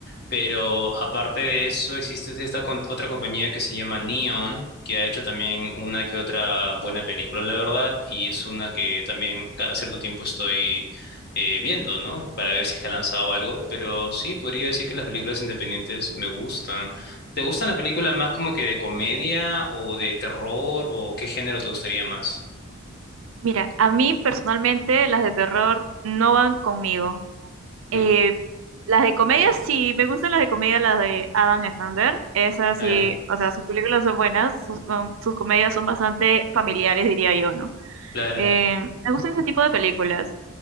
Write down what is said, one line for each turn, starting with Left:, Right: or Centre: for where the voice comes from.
Left: Pero aparte de eso, existe esta con- otra compañía que se llama Neon, que ha hecho también una que otra buena película, la verdad, y es una que también cada cierto tiempo estoy eh, viendo, ¿no? Para ver si es que ha lanzado algo, pero sí, podría decir que las películas independientes me gustan. ¿Te gustan las películas más como que de comedia o de terror o qué género te gustaría más?
Right: Mira, a mí personalmente las de terror no van conmigo. Eh,
Left: Mm,
Right: las de comedia, sí, me gustan las de comedia, las de Adam Sandler. Esas
Left: Claro,
Right: sí, o sea, sus películas son buenas, sus, com- sus comedias son bastante familiares, diría yo, ¿no?
Left: Clara.
Right: Eh, me gustan ese tipo de películas.